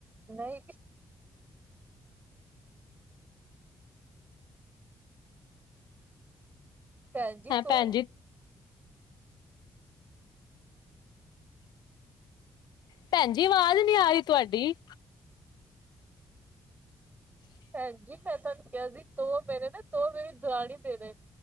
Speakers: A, on the right; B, on the left.
A: ਨਹੀਂ ਕਿ ਭੈਣਜੀ
B: ਹੈਂ
A: ਤੋ
B: ਭੈਣ ਜੀ ਭੈਣ ਜੀ ਅਵਾਜ਼ ਨੀ ਆ ਰੀ ਤੁਵਾਡੀ?
A: ਭੈਣਜੀ ਮੈਂ ਤਾਨੂੰ ਕਿਆ ਸੀ ਦੋ ਮੇਰੇ ਨਾ ਦੋ ਮੇਰੀ ਦਰਾਣੀ ਦੇ ਨੇ